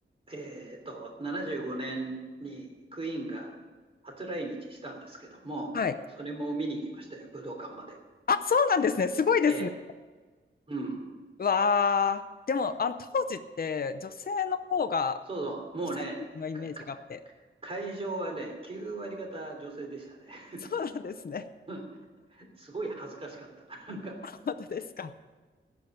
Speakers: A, on the right (about 30°); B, on the left (about 45°).
A: えっと、75年にクイーンが初来日したんですけども、
B: う、はい。
A: それも見に行きましたよ、武道館まで。
B: あ、そうなんですね。すごいですね。
A: ええ。うん。
B: わあ、でも、あの、当時って女性の方が、
A: そうそう。もうね、
B: 女性のイメージがあって。
A: か、か会場はね、9割方女性でしたね。<laughs>
B: そうなんですね。
A: うんすごい恥ずかしかった。なんか、
B: 本当ですか。